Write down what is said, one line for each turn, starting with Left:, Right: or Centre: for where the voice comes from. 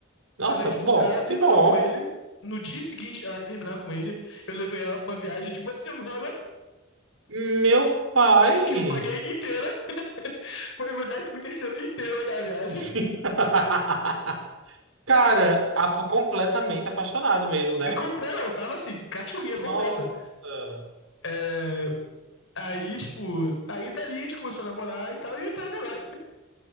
Right: Nossa,
Left: Mas aí, tipo,
Right: bom,
Left: ela terminou
Right: que bom.
Left: com ele. No dia seguinte, ela terminar com ele, eu levei ela pra uma viagem de uma <laughs> semana
Right: Meu pai.
Left: que eu paguei inteira. <laughs> Foi meu décimo terceiro inteiro naquela viagem.
Right: <laughs> Cara, a- completamente apaixonado mesmo, né?
Left: E Completa, eu tava assim, cachorrinha
Right: Nossa.
Left: completa. É, Aí, tipo, aí dali a gente começou a namorar e tal, e tá até agora.